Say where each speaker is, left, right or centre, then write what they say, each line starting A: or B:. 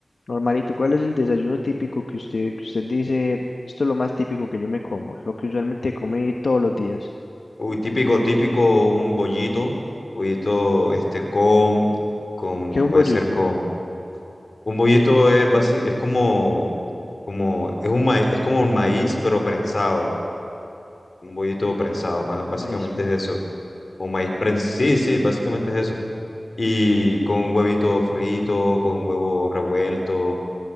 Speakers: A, on the left; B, on the left.
A: normalito, ¿cuál es el desayuno típico que usted, que usted dice, esto es lo más típico que yo me como, lo que usualmente come todos los días?
B: Uy, típico, típico, un bollito, bollito, este, con, con,
A: ¿Qué es
B: puede
A: un bollito?
B: ser con Un bollito es, basi- es como, como, es un maíz, es como un maíz, pero prensado. Un bollito prensado, más, básicamente
A: Maíz.
B: es eso. O maíz prensado. Sí, sí, básicamente es eso. Y con un huevito frito, con huevo revuelto,